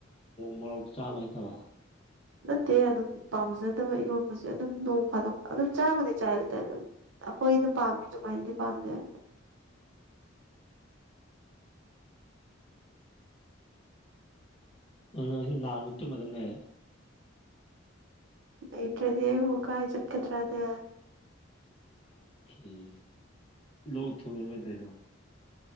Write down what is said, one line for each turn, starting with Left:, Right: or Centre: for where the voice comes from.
Left: ꯃꯣꯔꯣꯛ ꯆꯥꯕ ꯍꯩꯇꯕ
Right: ꯅꯠꯇꯦ ꯑꯗꯨꯝ ꯄꯥꯝꯖꯗꯕ ꯏꯔꯣꯟꯝꯕꯁꯦ ꯑꯗꯨꯝ ꯅꯣꯡ ꯈꯥꯗꯣꯛꯄ ꯑꯗꯨꯝ ꯆꯥꯕꯨꯗꯤ ꯆꯥꯏ ꯑꯗꯨꯇꯖꯨ ꯑꯩꯈꯣꯏꯅ ꯄꯥꯝꯃꯤ ꯑꯗꯨꯃꯥꯏꯅꯗꯤ ꯄꯥꯝꯗꯦ ꯍꯥꯏꯕ
Left: ꯑꯗꯨꯗ ꯉꯁꯤ ꯅꯥꯔꯝꯅꯤꯅ ꯇꯨꯝꯃ ꯑꯗꯨꯝ ꯂꯩꯔꯦ
Right: ꯂꯩꯇ꯭ꯔꯗꯤ ꯑꯩꯕꯨ ꯀꯥꯏ ꯆꯠꯀꯗ꯭ꯔꯅꯦ
Left: <unintelligible> ꯂꯣꯛ ꯊꯨꯡꯉꯔꯣ ꯀꯩꯗꯩꯅꯣ